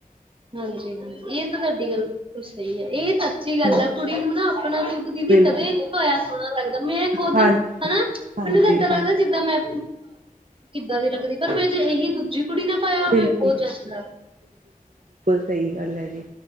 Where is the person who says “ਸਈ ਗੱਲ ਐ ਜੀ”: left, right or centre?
Right